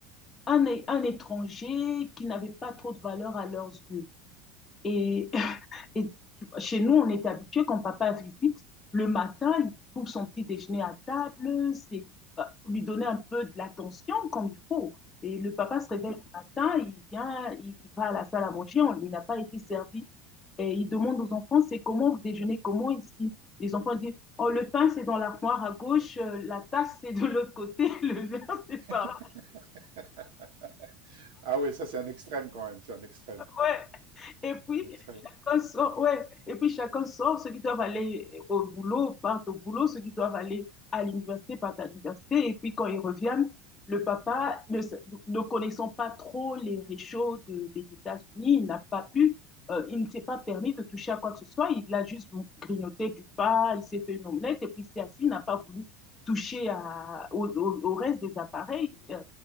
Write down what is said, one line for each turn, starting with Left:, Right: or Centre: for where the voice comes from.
Left: un un étranger qui n'avait pas trop de valeur à leurs yeux. Et et chez nous, on est habitué quand papa visite, le matin, il trouve son petit déjeuner à table, c'est euh, lui donner un peu de l'attention comme il faut. Et le papa se réveille
Right: mhm.
Left: le matin, il vient, il, il va à la salle à manger, on- il n'a pas été servi. Et il demande aux enfants, c'est comment vous déjeunez, comment ici? Les enfants disent, oh, le pain, c'est dans l'armoire à gauche, euh, la tasse, c'est de l'autre côté, <laughs> le verre, c'est
Right: <laughs>
Left: par là.
Right: Ah oui, ça c'est un extrême quand même, c'est un extrême,
Left: Ouais. Et puis,
Right: un extrême.
Left: chacun sort, ouais. Et puis chacun sort, ceux qui doivent aller euh, au boulot partent au boulot, ceux qui doivent aller à l'université partent à l'université. Et puis quand ils reviennent, le papa, ne, ne connaissant pas trop les réchauds de- des États-Unis, il n'a pas pu, euh, il ne s'est pas permis de toucher à quoi que ce soit. Il a juste grignoté du pain, il s'est fait une omelette et puis il s'est assis, il n'a pas voulu toucher à, au, au- au reste des appareils. Euh,